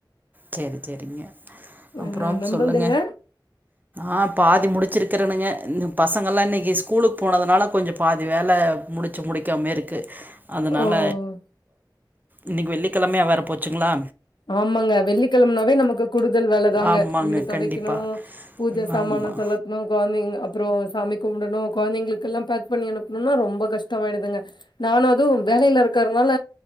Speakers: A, on the right; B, on the left.
A: செரி செரிங்க
B: ஆ
A: அப்புறம்
B: நம்பள்துங்க
A: சொல்லுங்க ஆ பாதி முடிச்சிருக்கிறேன்னுங்க இ பசங்கள்லா இன்னைக்கி ஸ்கூலுக் போனதுனால கொஞ்சோ பாதி வேல முடிச்சு முடிக்காம இருக்கு அதனால
B: ஓ
A: இன்னைக்கி வெள்ளிக்கெழமையா வேற போச்சுங்ளா
B: ஆமாங்க வெள்ளிக் கெழம்னாவே நமக்கு கூடுதல் வேல தாங்க
A: ஆமாங்க
B: வீடு தொடைக்கணு
A: கண்டிப்பா
B: பூஜை சாமான
A: ஆமா
B: தொளத் ணு கொழந்தைங்க அப்றோ சாமி கும்டணு கொழந்தைங்களுக்குல்லா பேக் பண்ணி அனுப்ணுனா ரொம்ப கஷ்டமாய்டுதுங்க நானு அது வேலைய்ல இருக்கற்னால